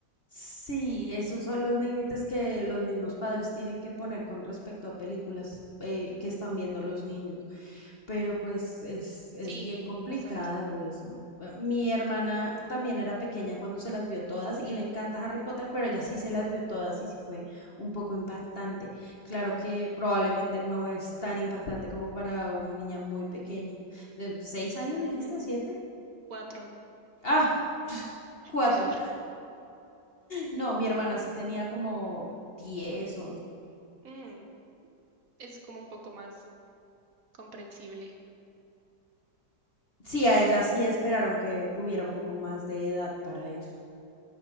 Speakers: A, on the left (about 40°); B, on the right (about 55°).
A: Sí, esos son los límites que los mismos padres tienen que poner con respecto a películas eh, que están viendo los niños, pero pues es, es
B: Sí,
A: bien complicado
B: exacto.
A: eso. Eh, Mi hermana también era pequeña cuando se las vio todas y le encanta Harry Potter, pero ella sí se las vio todas y sí fue un poco impactante. Claro que probablemente no es tan impactante como para una niña muy pequeña. ¿De seis años
B: Ujú,
A: dijiste? ¿Siete?
B: Cuatro,
A: Ah,
B: <laughs>
A: cuatro.
B: mejor.
A: No, mi hermana sí tenía como diez 11.
B: Mm, es como un poco más comprensible.
A: Sí, a ella sí esperaron que tuviera un poco más de edad para eso.